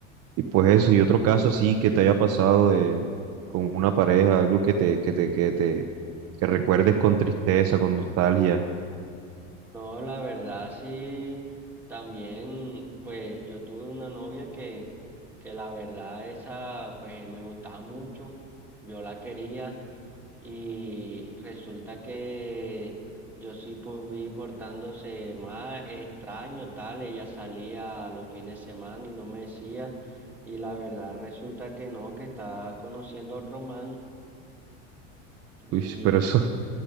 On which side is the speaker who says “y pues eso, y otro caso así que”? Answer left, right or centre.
Right